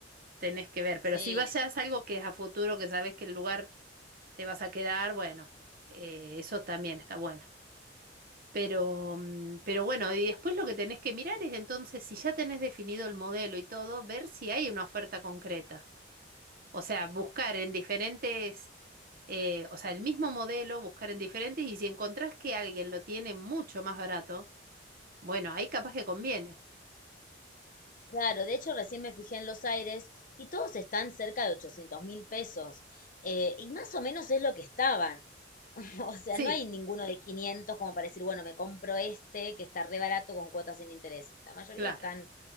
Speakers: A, on the right; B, on the left.
A: tenés que ver. Pero
B: Sí,
A: si vas ya es algo que es a futuro, que sabes que el lugar te vas a quedar, bueno, eh, eso también está bueno. Pero, mm, pero bueno, y después lo que tenés que mirar es entonces, si ya tenés definido el modelo y todo, ver si hay una oferta concreta. O sea, buscar en diferentes, eh, o sea, el mismo modelo, buscar en diferentes, y si encontrás que alguien lo tiene mucho más barato, bueno, ahí capaz que conviene.
B: claro, de hecho recién me fijé en los aires y todos están cerca de ochocientos mil pesos. eh, y más o menos es lo que estaban. <laughs> O sea,
A: Sí,
B: no hay ninguno de 500 como para decir, bueno, me compro este que está re barato con cuotas sin interés. La mayoría
A: claro.
B: están